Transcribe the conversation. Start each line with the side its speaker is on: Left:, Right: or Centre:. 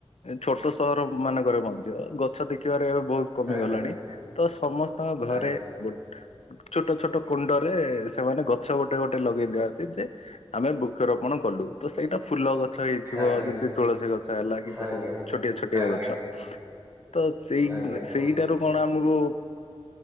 Left: ଛୋଟ ସହର ମାନଙ୍କରେ ମଧ୍ୟ, ଗଛ ଦେଖିବାରେ ଏବେ ବହୁତ କମିଗଲାଣି,
Right: ଆଜ୍ଞା।
Left: ତ ସମସ୍ତଙ୍କ ଘରେ
Right: ଆଜ୍ଞା
Left: ଗୋଟ ଛୋଟ ଛୋଟ କୁଣ୍ଡରେ ସେମାନେ ଗଛ ଗୋଟେ ଗୋଟେ ଲଗେଇ ଦିଅ ନ୍ତି ଯେ- ଆମେ ବୃକ୍ଷରୋପଣ କଲୁ। ତ ସେଇଟା ଫୁଲ ଗଛ ହେଇଥିବ,
Right: ଆଜ୍ଞା
Left: ଯେମିତି ତୁଳସୀ ଗଛ ହେଲା କି
Right: ଆଜ୍ଞା
Left: ଛୋଟିଆ ଛୋଟିଆ
Right: ଆଜ୍ଞା
Left: ଗଛ ତ ସେଇ
Right: ଆଜ୍ଞା ଆଜ୍ଞା
Left: ସେଇଟାରୁ କଣ ଆମକୁ